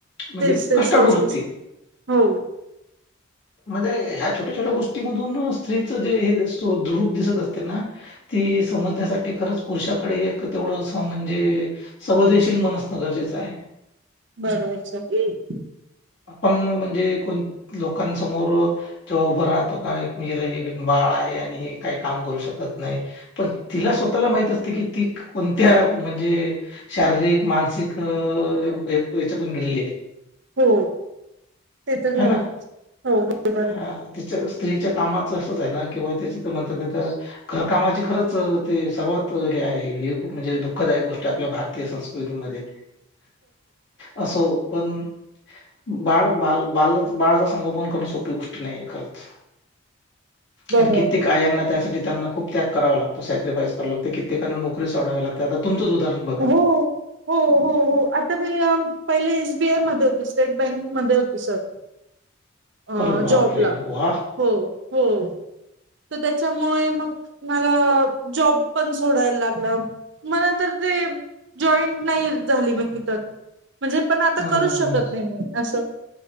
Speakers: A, on the left; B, on the right.
A: म्हणजे
B: तेच तेच
A: कष्टाळू
B: तेच
A: वृत्ती.
B: तेच हो
A: म्हणजे ह्या छोट्या छोट्या गोष्टीमधून स्त्रीच रूप दिसत असते ना. समजण्यासाठी खरंच पुरुषाकडे एक तेवढं म्हणजे संवेदनशील मनसणं गरजेचं आहे
B: बरोबर स एक
A: आपण म्हणजे कोण लोकांसमोर जेव्हा उभं राहतो का बा आहे आणि काही काम करू शकत नाही पण तिला स्वतः ला माहित असते म्हणजे शारीरिक मानसिक हच्यातून गेलेली आहे
B: हो ते तर झाल
A: है ना?
B: हो बरोबर
A: हा तिच्या स्त्रीच्या कामाचं असच आहे ना किंवा त्याच म्हणतात तर घरकामाची खरच ते सर्वात हे म्हणजे दुःखदायक गोष्ट आपल्या भारतीय संस्कृती असो पण बाळ बाल बा बाळाच संगोपन कोण सोपी गोष्ट नाहीे खरंच.
B: बरोबर
A: आणि कित्येक आयांना त्यासाठी. ना खूप त्याग करावा लागतो सेक्रिफ्राईज करावेज्ञलागते कित्येकांना नोकरी सोडावी लागते. उदाहरण बघा
B: हो
A: ना
B: हो हो हो आता मी पहिले एसबीआय हो स्टेट बँक मध्ये होती सर अ
A: अरे बापरे
B: जॉबला
A: वा
B: हो हो तर त्याच्यामुळे मग मला जॉब पण सोडायला लागलं मला तर ते जॉईंट नाही झाली मग तिथं म्हणजे पण आता
A: हम्म
B: करूच शकत नाहीे मी असं